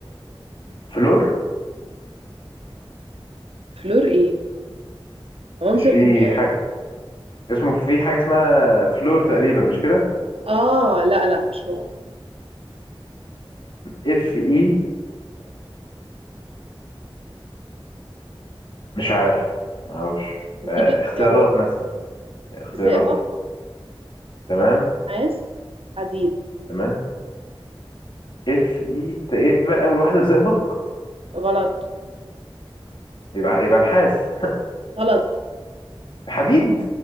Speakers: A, on the left; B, on the right.
A: فلور
B: فلور ايه؟ عنصر
A: مش في
B: كيميائي
A: حاجة اسمه في حاجة اسمها فلور تقريبا مش كده
B: اه لا لا مش هو
A: اف اي مش عارف معرفش
B: هديك
A: آه،
B: اختيارات
A: اختيارات مثلا اختيارات
B: زئبق
A: تمام
B: نحاس حديد
A: تمام اف اي تقريبا اول واحدة زئبق
B: غلط
A: يبقى يبقى نحاس
B: غلط
A: <laughs> حديد